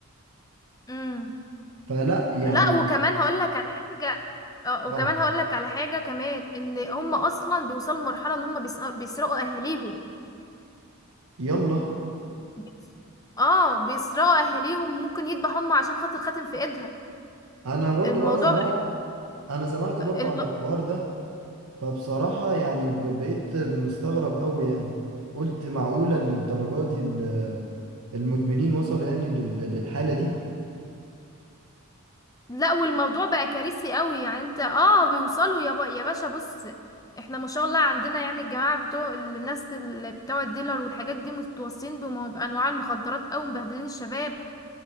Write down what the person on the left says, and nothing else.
امم
لا وكمان هقول لك على حاجة اه وكمان
هقول لك على حاجة كمان ان هم اصلا بيوصلوا لمرحلة ان هم بيس- بيسرقوا اهاليهم
بيس- اه بيسرقوا اهاليهم ممكن يذبحوا هم عشان خاطر خاتم في ايدها
الموضوع
بقى-
لا والموضوع بقى كارثي قوي يعني انت اه بيوصلوا يا, با... يا باشا بص احنا ما شاء الله عندنا يعني الجماعة بتوع الناس اللي بتوع الديلر والحاجات دي متوصين بم- بأنواع المخدرات او مبهدلين الشباب